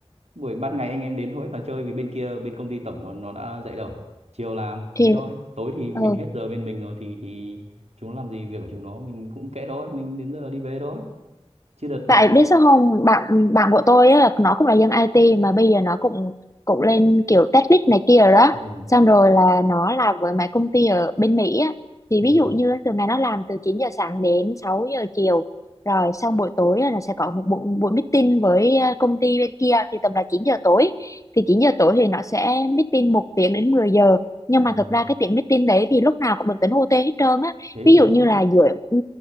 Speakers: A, on the right (about 85°); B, on the left (about 30°).
A: buổi ban ngày anh em đến hối toàn chơi vì bên kia bên công ty tổng nó nó đã dậy đầu chiều làm
B: thì
A: thế thôi tối thì mình
B: ừ
A: hết giờ bên mình rồi thì thì chúng nó làm gì việc của chúng nó mình cũng kệ thôi mình đến giờ đi về thôi chứ đợt bọn
B: Tại biết sao không, bạn bạn của tôi á, là nó cũng là dân IT mà bây giờ nó cũng cũng lên kiểu tech lead này kia rồi đó.
A: ừ
B: Xong rồi là nó làm với mấy công ty ở bên Mỹ á. Thì
A: ừ,
B: ví dụ như thường ngày nó làm từ 9 giờ sáng đến 6 giờ chiều. Rồi xong buổi tối á, là sẽ có một buổi, buổi meeting với ờ, công ty bên kia thì tầm là 9 giờ tối. Thì 9 giờ tối thì nó sẽ meeting một tiếng đến 10 giờ. Nhưng
A: ừ.
B: mà thực ra cái tiếng meeting đấy thì lúc nào cũng được tính OT hết trơn á.
A: thế
B: Ví
A: ngon
B: dụ như là giữa ừ,